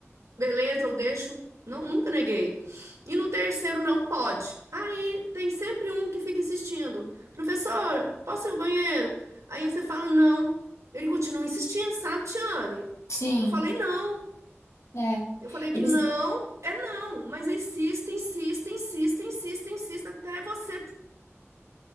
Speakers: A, on the right (about 85°); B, on the left (about 80°).
A: beleza, eu deixo, não, nunca neguei. E no terceiro, não pode. Aí tem sempre um que fica insistindo, professora, posso ir ao banheiro? Aí você fala, não. Ele continua insistindo, sabe, Tiane?
B: sim,
A: Eu falei, não.
B: é.
A: Eu falei que
B: Eles,
A: não
B: é,
A: é não, mas insista, insista, insista, insista, insista, até você